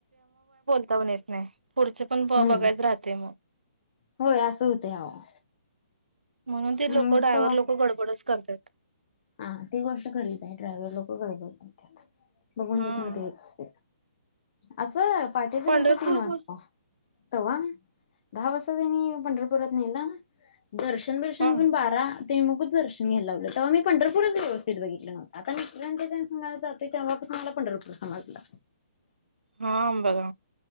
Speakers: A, on the right; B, on the left.
A: ता पण येत नाही, पुढचे पण ब
B: हम्म
A: बघायचं राहते मग.
B: होय असं होतंय अहो.
A: म्हणून ते
B: मग
A: लोकं ड्रायव्हर
B: तवा
A: लोकं गडबडच करतात.
B: हा ती गोष्ट खरीच आहे, ड्रायव्हर लोकं गडबड करतात, बघून
A: हा.
B: देत नाहीत व्यवस्थित. असं पहाटेचं
A: पंढरपूर
B: गेलतो तीन वाजता. तवा दहा वाजता त्यांनी पंढरपुरात नेलं. दर्शन बिर्शन
A: हा
B: घेऊन बारा ते मुख दर्शन घ्यायला लावलं, तेव्हा मी पंढरपूरच व्यवस्थित बघितलं नव्हतं, आता मित्रांच्या <unintelligible> संग जातोय तेव्हापासून मला पंढरपूर समजलं.
A: हा बघा,